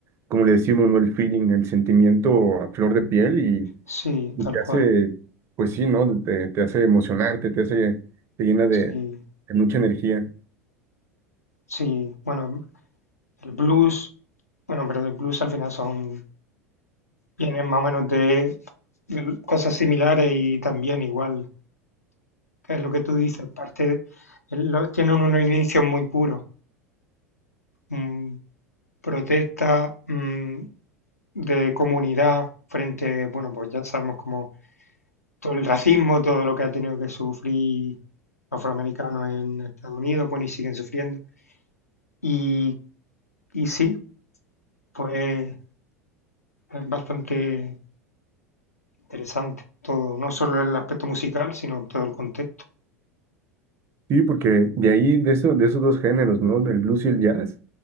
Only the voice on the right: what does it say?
como le decimos, ¿no? El feeling, el sentimiento a flor de piel y,
y
te
hace, pues sí, ¿no? Te, te hace emocionarte, te hace, te llena de,
de mucha energía.
Sí, porque de ahí, de, eso, de esos dos géneros, ¿no? Del blues y el jazz,